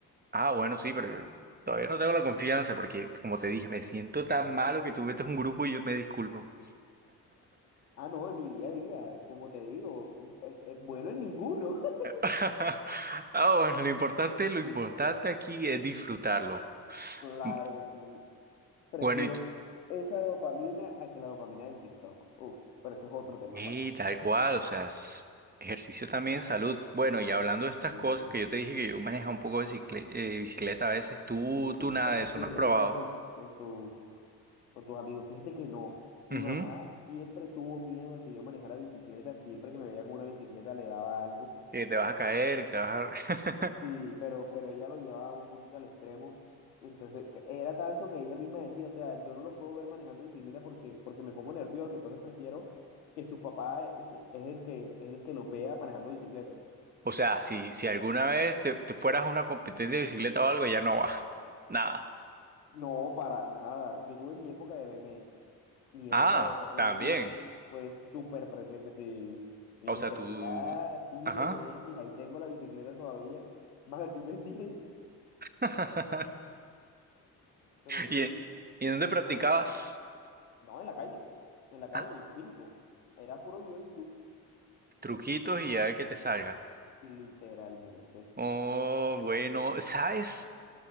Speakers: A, on the right; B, on the left.
A: Ah, bueno, sí, pero yo todavía no tengo la confianza porque, como te dije, me siento tan malo que tú metes un grupo y yo me disculpo.
B: Ah, no, en mi día a día, como te digo, eh, eh, bueno en ninguno. <laughs>
A: <laughs> Ah, bueno, lo importante, lo importante aquí es disfrutarlo.
B: Claro
A: Mm,
B: que sí. Prefiero
A: Bueno, y,
B: esa dopamina a que la dopamina del TikTok. Uf, pero eso es otro tema
A: y
B: aparte.
A: tal cual, o sea, s- ejercicio también, salud. Bueno, y hablando de estas
B: Totalmente.
A: cosas que yo te dije que yo manejo un poco de bicicle- eh, bicicleta a veces, tú,
B: Sí,
A: tú nada
B: que haces
A: de eso,
B: tu
A: no
B: rutica
A: has probado.
B: con, con tus, con tus amigos. Fíjate que no. Mi
A: Ujú.
B: mamá siempre tuvo miedo a que yo manejara bicicleta. Siempre que me veía con una bicicleta le daba algo.
A: Que te vas a caer, y te vas a... <laughs>
B: Sí, pero, pero ella lo llevaba un poquito al extremo. Entonces, que era tanto que ella misma decía, o sea, yo no lo puedo ver manejando bicicleta porque, porque me pongo nervioso, entonces prefiero que su papá es el que es el que, es el que los vea manejando bicicleta.
A: O sea, si, si alguna vez te, te fueras a una competencia de bicicleta o algo, ya no vas. <laughs> Nada.
B: No, para nada. Yo tuve mi época de BMX. Mi
A: Ah,
B: época de BMX
A: también.
B: fue súper presente, sí. Y
A: O
B: me
A: sea,
B: creía,
A: tú...
B: "Ah, sí,
A: Ajá.
B: BMX, ahí tengo la bicicleta todavía. <laughs> Más la estoy vendiendo,
A: <laughs>
B: <laughs> pero tengo
A: ¿Y,
B: mi...
A: y dónde practicabas?
B: ¿no? No, en la calle, en la calle,
A: Ah.
B: empírico. Era puro video de YouTube,
A: Truquitos y a ver qué te salga.
B: literalmente.
A: Oh, bueno, ¿sabes?